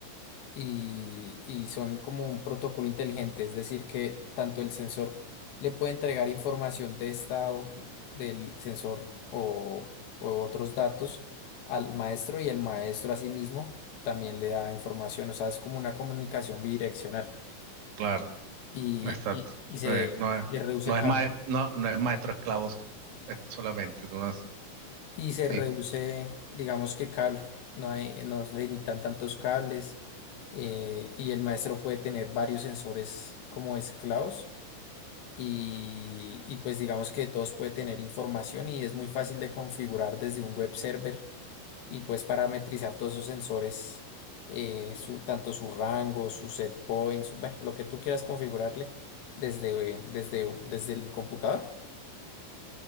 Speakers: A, on the left; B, on the right.
A: y, y son como un protocolo inteligente, es decir, que tanto el sensor le puede entregar información de estado del sensor o, o otros datos al maestro y el maestro asimismo también le da información, o sea, es como una comunicación bidireccional
B: claro,
A: y,
B: exacto.
A: y- y
B: Está
A: se,
B: bien, No es,
A: se reduce
B: no
A: cable
B: es, mae- no, no es maestro esclavos es solamente. tú no es-
A: y se
B: sí,
A: reduce, digamos que cable, no hay, no se necesitan tantos cables eh, y el maestro puede tener varios sensores como esclavos y, y pues digamos que todos puede tener información y es muy fácil de configurar desde un web server y puedes parametrizar todos esos sensores, eh, su, tanto su rango, su set point, su- bueno, lo que tú quieras configurarle desde, eh, desde, desde el computador.